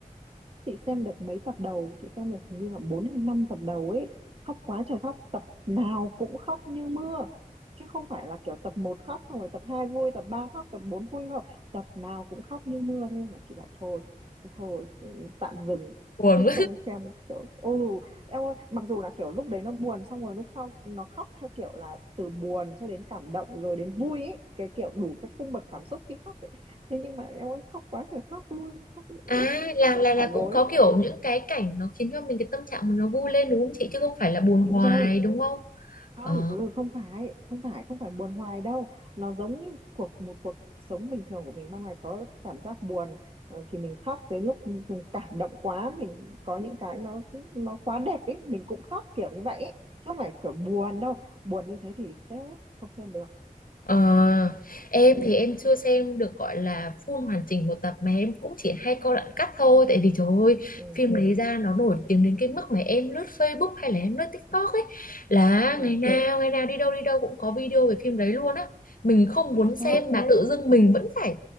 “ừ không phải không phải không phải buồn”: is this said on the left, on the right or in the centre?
Right